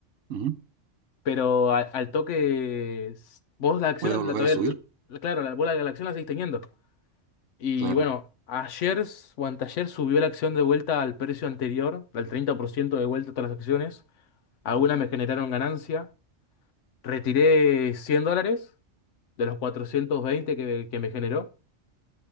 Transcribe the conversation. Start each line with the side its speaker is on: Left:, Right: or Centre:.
Right: Ujú.
Left: pero a- al toque. s- Vos la acción,
Right: Puede volver
Left: la, todavía-
Right: a subir,
Left: la- la- claro, la, vos la, la acción la seguís teniendo. Y
Right: claro.
Left: bueno, ayer s- o anteayer subió la acción de vuelta al precio anterior, al 30% de vuelta a todas las acciones. Algunas me generaron ganancia. Retiré 100 dólares de los 420 que, que me generó